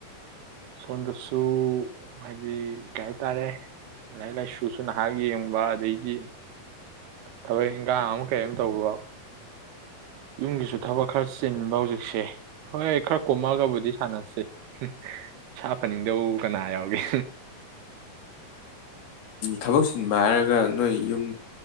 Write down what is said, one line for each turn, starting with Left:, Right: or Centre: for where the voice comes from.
Right: ꯁꯣꯝꯗꯁꯨ ꯍꯥꯏꯗꯤ ꯀꯩ ꯍꯥꯏꯇꯥꯔꯦ ꯂꯥꯏꯔꯤꯛ ꯂꯥꯏꯁꯨꯁꯨ ꯅꯍꯥꯛ ꯌꯦꯡꯕ ꯑꯗꯩꯗꯤ ꯊꯕꯛ ꯏꯟꯈꯥꯡ ꯑꯃ ꯀꯔꯤꯝ ꯇꯧꯕ ꯌꯨꯝꯒꯤꯁꯨ ꯊꯕꯛ ꯈꯔ ꯆꯤꯟꯕ ꯍꯧꯖꯤꯛꯁꯦ ꯍꯣꯏ ꯈꯔ ꯀꯣꯝꯃꯒꯕꯨꯗꯤ ꯁꯥꯟꯅꯁꯤꯦ ꯏꯁꯥ ꯐꯅꯤꯡꯗꯕꯨ ꯀꯅꯥ ꯌꯥꯎꯒꯦ
Left: ꯊꯕꯛ ꯆꯤꯟꯕ ꯍꯥꯏꯔꯒ ꯅꯣꯏ ꯌꯨꯝ